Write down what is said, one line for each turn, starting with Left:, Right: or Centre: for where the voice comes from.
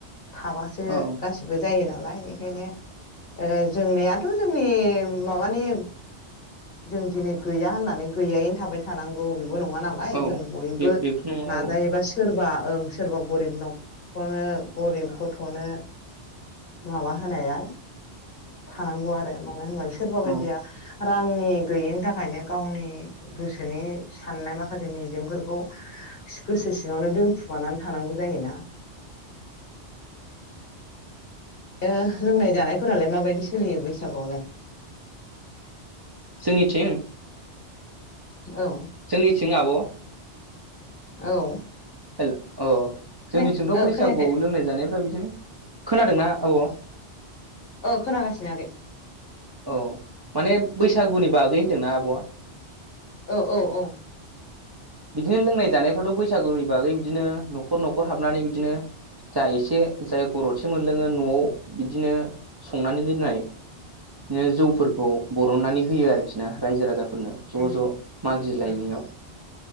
Left: थाबासो
Right: औ
Left: गासिबो जायो ना। लाय एखायनो ओ जोंनायाथ' जोंनि माबानि जों दिनै गैया होननानै गैयायैनो थाबाय थानांगौ बे बो नंङा नालाय
Right: औ
Left: जों बयबो
Right: बे बेथ' नङा
Left: नाजायोबा
Right: औ
Left: सोरबा ओं सोरबा गरिब न'खरनो गरिब गथ'नो माबा होनाया थानांगौ आरो मानो होनबा सोरबा बायदिया
Right: औ
Left: रांनि गैयैनि थाखायनो गावनि गोसोनि साननाय माखासे मिजिंफोरखौ गोसो सिङांवनो दोनखुमानानै थानांगौ जायोना।
Right: <inaudible>
Left: ओ लोंनाय जानायफोरालाय माबायदि सोलियो बैसागुआवलाय?
Right: जोंनिथिं?
Left: औ
Right: जोंनिथिं ना आब'?
Left: औ।
Right: हेलौ अ।
Left: खोनायाखै
Right: जोंनिथिंथ'
Left: ओ
Right: बैसागुआव
Left: खोनायाखै
Right: लोंनाय जानायफ्रा बिदिनो। खोनादोंना आब'?
Left: अ खोनागासिनो आगै।
Right: औ माने बैसागुनि बागै होन्दोंना आब'आ?
Left: औ औ औ।
Right: बिदिनो लोंनाय जानायफ्राथ' बैसागुनि बागै बिदिनो न'खर न'खर हाबनानै बिदिनो जा एसे जाय गरदसे मोनलोङो न'आव बिदिनो संनानै दोननाय बिदिनो जौफोरखौ
Left: उम
Right: बरननानै होयो आरोखि ना। रायजो राजाफोरनो ज'
Left: उम
Right: ज' मागिलायनायाव।
Left: उम